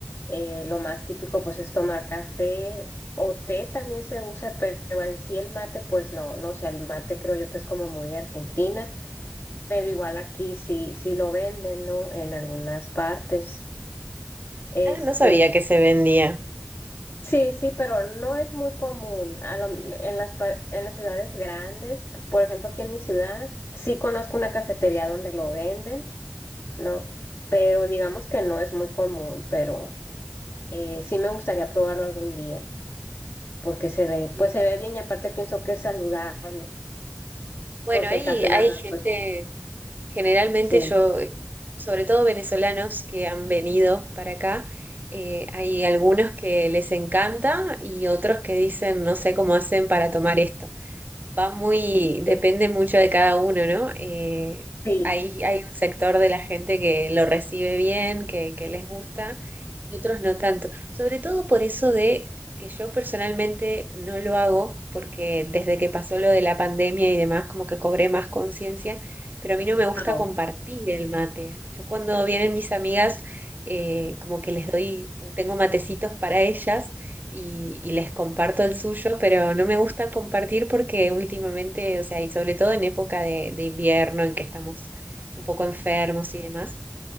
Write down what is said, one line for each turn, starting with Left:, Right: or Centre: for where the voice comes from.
Left: eh, lo más típico pues es tomar café o té también se usa, pero en sí el mate pues no, no, o sea, el mate creo yo que es como muy de Argentina, pero igual aquí sí, sí lo venden, ¿no? En algunas partes. Este,
Right: Ah, no sabía que se vendía.
Left: Sí, sí, pero no es muy común. A lo- en las, par- en las ciudades grandes, p- por ejemplo, aquí en mi ciudad, sí conozco una cafetería donde lo venden, ¿no? Pero digamos que no es muy común, pero eh, sí me gustaría probarlo algún día, porque se ve,
Right: Sí.
Left: pues se ve bien y aparte pienso que es saludable,
Right: Bueno,
Left: porque
Right: hay,
Left: el café,
Right: hay
Left: la verdad,
Right: gente.
Left: pues
Right: Generalmente
Left: sí,
Right: yo, eh, sobre todo venezolanos que han venido para acá, eh, hay algunos que les encanta y otros que dicen, no sé cómo hacen para tomar esto va muy, depende
Left: sí,
Right: mucho de cada uno, ¿no? Eh,
Left: sí,
Right: hay, hay un sector de la gente que lo recibe bien, que, que les gusta, y otros no tanto. Sobre todo por eso de que yo personalmente no lo hago, porque desde que pasó lo de la pandemia y demás, como que cobré más conciencia, pero a mí no me gusta
Left: ahora,
Right: compartir el mate. Yo cuando vienen mis amigas, eh, como que les doy, tengo matecitos para ellas y, y les comparto el suyo, pero no me gusta compartir porque últimamente, o sea, y sobre todo en época de, de invierno en que estamos un poco enfermos y demás,